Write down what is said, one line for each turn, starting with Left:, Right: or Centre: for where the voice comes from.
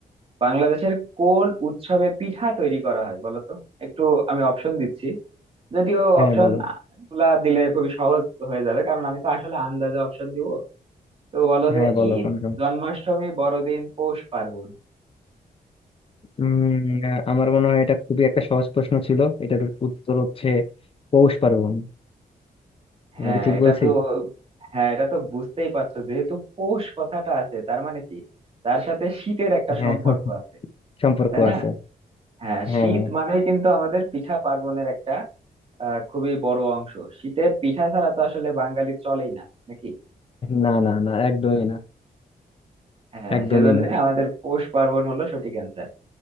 Right: বাংলাদেশের কোন উৎসবে পিঠা তৈরি করা হয় বলো তো একটু আমি অপশন দিচ্ছি যদিও
Left: হ্যাঁ
Right: অপশন
Left: বলো
Right: গুলা দিলে খুবই সহজ হয়ে যাবে কারণ আমি তো আসলে আন্দাজে অপশন দিব তো বলো
Left: হ্যাঁ
Right: যে
Left: বলো
Right: ঈদ
Left: কনফার্ম
Right: জন্মাষ্টমী বড়দিন পৌষ পার্বণ
Left: উম আহ, আমার মনে হয় এটা খুবই একটা সহজ প্রশ্ন ছিল এটার উত্তর হচ্ছে পৌষ পার্বণ
Right: হ্যাঁ
Left: আমি কি ঠিক
Right: এটা
Left: বলছি
Right: তো হ্যাঁ এটা তো বুঝতেই পারছো যেহেতু পৌষ কথাটা আছে তার মানে কি তার সাথে শীতের একটা
Left: হ্যাঁ
Right: সম্পর্ক
Left: <laughs>
Right: আছে
Left: সম্পর্ক
Right: তাই না
Left: আছে
Right: হ্যাঁ
Left: হ্যাঁ
Right: শীত মানেই কিন্তু আমাদের পিঠা পার্বণের একটা আহ খুবই বড় অংশ শীতে পিঠা ছাড়া তো আসলে বাঙালি চলেই না নাকি
Left: না না না একদমই না
Right: হ্যাঁ
Left: একদমই
Right: সেজন্য
Left: না
Right: আমাদের পৌষ পার্বণ হলো সঠিক অ্যান্সার